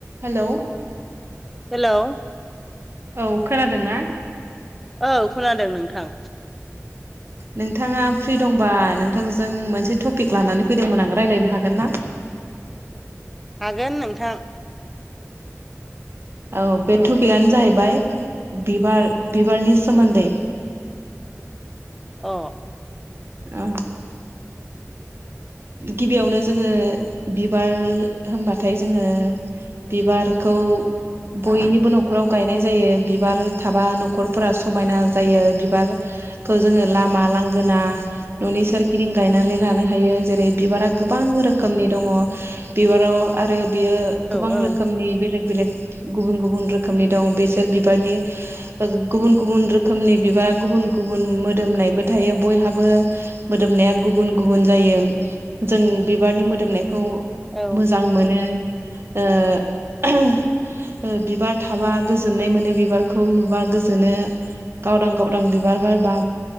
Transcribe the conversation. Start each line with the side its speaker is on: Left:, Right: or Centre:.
Right: hello
Centre: hello
Right: औ खोनादोंना
Centre: औ खोनादों नोंथां
Right: नोंथाङा फ्रि दंबा नोंथांजों मोनसे टपिक लानानै फैदोंमोन आं रायज्लायनो हागोन ना
Centre: हागोन नोंथां
Right: औ बे टपिकआनो जाहैबाय बिबार बिबारनि सोमोन्दै
Centre: अ
Right: औ गिबियावनो जोङो बिबार होनबाथाय जोङो बिबारखौ बयनिबो न'खराव गायनाय जायो बिबार थाबा न'खरफोरा समायना जायो बिबार खौ जोङो लामा लांगोना न'नि सोरगिदिं गायनानै लानो हायो जेरै बिबारा गोबां रोखोमनि दङ बिबाराव आरो बियो गोबां
Centre: औ
Right: रोखोमनि बेलेग बेलेग गुबुन गुबुन रोखोमनि दं बेसोर बिबारनि गुबुन गुबुन रोखोमनि बिबारा गुबुन गुबुन मोदोमनायबो थायो बयहाबो मोदोमनाया गुबुन गुबुन जायो जों बिबारनि मोदोमनायखौ
Centre: औ
Right: मोजां मोनो दा <unintelligible> बिबार थाबा गोजोननाय मोनो बिबारखौ नुबा गोजोनो गावदां गावदां बिबार बारबा